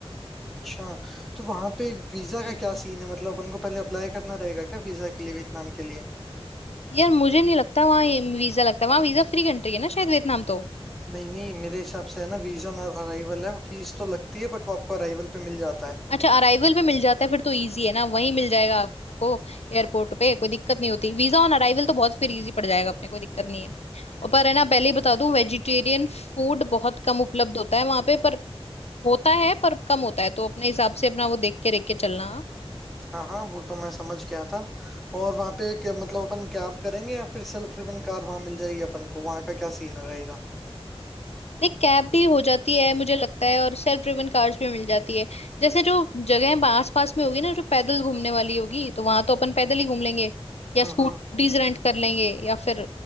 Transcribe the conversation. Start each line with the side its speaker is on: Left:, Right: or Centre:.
Centre: अच्छा तो वहां पे वीजा
Left: हम्म
Centre: का क्या सीन है मतलब अपन को पहले अप्लाई करना रहेगा क्या वीजा के लिए वियतनाम के लिए
Left: यार मुझे नहीं लगता वहाँ वीजा लगता है वहाँ वीजा फ्री कंट्री है ना शायद वियतनाम तो
Centre: नहीं नहीं मेरे हिसाब से है ना वीजा ऑन अराइवल है फीस तो लगती है बट वो आपको अराइवल पे मिल जाता है
Left: अच्छा अराइवल पे मिल जाता है फिर तो इजी है ना वहीं मिल जाएगा आपको एयरपोर्ट पे कोई दिक्कत नहीं होती वीजा ऑन अराइवल तो बहुत फिर इजी पड़ जाएगा अपने कोई दिक्कत नहीं है और पर है ना पहले ही बता दूं वेजिटेरियन फूड बहुत कम उपलब्ध होता है वहां पे पर होता है पर कम होता है तो अपने हिसाब से अपना वो देख के देख के चलना
Centre: हाँ हाँ वो तो मैं समझ गया था और वहां पे क्या- मतलब अपन कैब करेंगे या फिर सेल्फ ड्रिवन कार वहां मिल जाएगी अपन को वहां का क्या सीन रहेगा
Left: देख कैब भी हो जाती है मुझे लगता है और सेल्फ ड्रिवन कार्स भी मिल जाती है जैसे जो जगह आस पास में होगी ना जो पैदल घूमने वाली होगी तो वहां तो अपन पैदल ही घूम लेंगे या
Centre: हम्म
Left: स्कूटीज
Centre: हम्म
Left: रेंट कर लेंगे या फिर